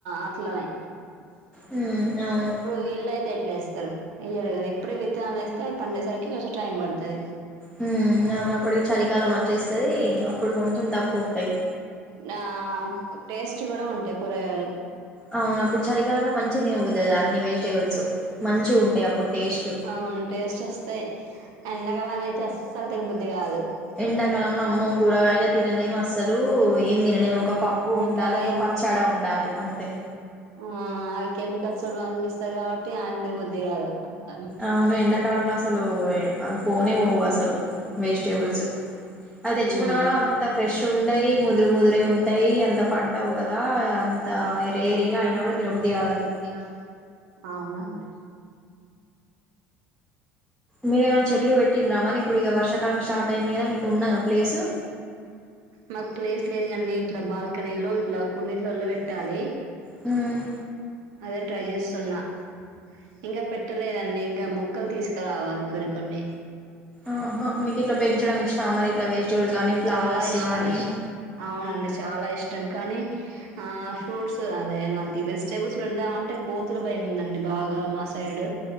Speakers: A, on the right (about 55°); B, in the centre.
A: అట్లనే
B: హ్మ్ అవును
A: వీల్ళ అయితే ఎట్లా చేస్తారు అయ్యరు కదా ఇప్పుడే విత్తనాలు వేస్తే పండేసరికి కొంచెం టైం పడుతది
B: హ్మ్ అవునప్పటికి చలికాలం వచ్చేస్తది అప్పుడు కొంచెం తక్కువ ఉంటాయి
A: నా టేస్ట్ కూడా ఉంటాయి కూరగాయలు
B: అవును అప్పుడు చలికాలంలో మంచితినబుద్దాయితది అన్ని వెజిటేబుల్స్ మంచి ఉంటాయి అప్పుడు టేస్ట్
A: అవును టేస్ట్ వస్త్ స్తయ్ ఎండకాలం అయితే అస్సలు తినబుద్ది కాదు
B: ఎండాకాలంలో అమ్మో కూరగాయలే తినలేం అస్సలు ఏం తినలేము ఒక పప్ పప్పు ఉండాలి
A: ఇంకా అవి
B: ఒక పచ్చడి ఉండాలి అంతే
A: ఆ అవి కెమికల్స్ అందిపిస్తారు కాబట్టి ఆయన తినబుద్ది కాదు అంత
B: అవును ఎండాకాలం లో అసలు అ పోనే పోవు అసలు వెజిటేబుల్స్ అది
A: మ్మ్
B: తెచ్చకున్నా కూడా అంత ఫ్రెష్ ఉండయి ముదురు ముదురే ఉంటాయి అంత పండవు కదా అంత వేడిగా అయిన కూడా తినబుద్దిగాదవి
A: ఇగ అవునండి
B: మీరేమైనా చెట్లు పెట్టిన్నా మరి ఇప్పుడు ఇక వర్షకాలం స్టార్ట్ అయింది కదా మీకు ఉన్నదా ప్లేసు
A: మాకు ప్లేస్ లేదు కాని ఇట్లా బాల్కనీలో ఇట్లా కుండీలల్లో పెట్టాలి
B: హ్మ్
A: అదే ట్రై చేస్తున్నా ఇంకా పెట్టలేదండి ఇంకా మొక్కలు తీసుకురావాలి కొన్ని కొన్ని
B: ఆహా మీకు ఇట్లా పెంచడం ఇష్టమా మరి ఇట్లా వెజిటేబుల్స్ కానీ ఫ్లవర్స్
A: చాలా ఇష్టం
B: కానీ
A: అవునండి చాలా ఇష్టం కానీ ఆ ఫ్రూట్స్ అదే ఎలాంటి టేబుల్స్ పెడదాం అంటే కోతులు భయం ఉందండి బాగా మా సైడ్